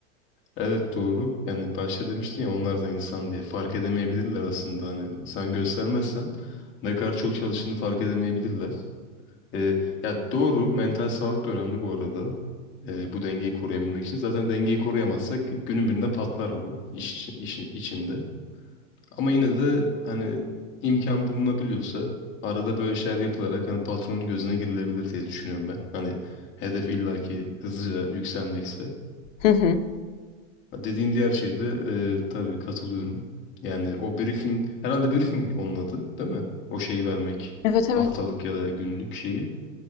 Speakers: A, on the left; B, on the left.
A: Evet doğru. Yani başta demiştin ya onlar da insan diye. Fark edemeyebilirler aslında. Hani sen göstermezsen ne kadar çok çalıştığını fark edemeyebilirler. Ee, ya doğru. Mental sağlık da önemli bu arada. Ee, bu dengeyi koruyabilmek için. Zaten dengeyi koruyamazsak günün birinde patlar bu iş, iş içinde. Ama yine de hani imkan bulunabiliyorsa arada böyle şeyler yapılarak hani patronun gözüne girilebilir diye düşünüyorum ben. Hani hedef illaki hızlıca yükselmekse.
B: Hı hı.
A: Dediğin diğer şeyde e, tabii katılıyorum. Yani o briefing, herhalde briefing onun adı, değil mi? O şeyi vermek,
B: Evet evet
A: haftalık ya da günlük şeyi.